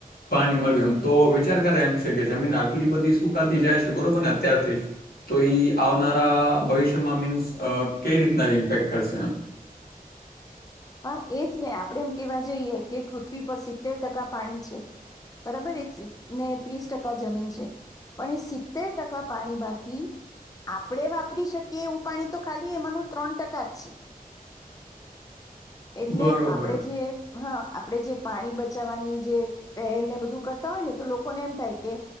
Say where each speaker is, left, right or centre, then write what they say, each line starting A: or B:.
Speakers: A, on the left; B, on the left.
A: પાણી મળ્યું એમ. તો વિચાર કરાય એમ છે કે જમીન આટલી બધી સુકાતી જાય છે બરોબર ને અત્યારથી જ તો ઇ આવનારા ભવિષ્યમાં મીન્સ કઈ રીતના ઇમ્પેક્ટ કરશે એમ.
B: હા એજ ને આપડે એમ કેવાય જઈએ કે પૃથ્વી પર સિત્તેર ટકા પાણી છે. બરાબર એ ને ત્રીસ ટકા જમીન છે, પણ એ સિત્તેર ટકા પાણીમાંથી આપડે વાપરી શકીએ. કે એવું પાણી તો ખાલી એમાનુ ત્રણ ટકા જ છે. એટલે
A: બરોબર
B: આપડે જે હા આપડે જે પાણી બચાવવાની જે પહેલને બધું કરતા હોય ને તો લોકોને એમ થાય કે